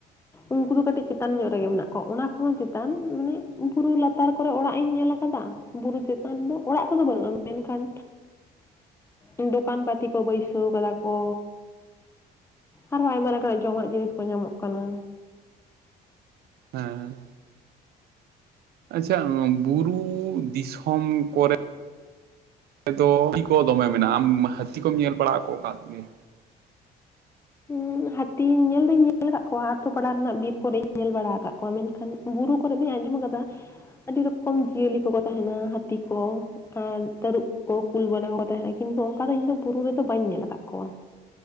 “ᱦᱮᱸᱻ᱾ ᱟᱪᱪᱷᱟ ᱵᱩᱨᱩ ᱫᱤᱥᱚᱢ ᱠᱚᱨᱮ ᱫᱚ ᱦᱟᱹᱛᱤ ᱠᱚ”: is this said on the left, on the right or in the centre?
Right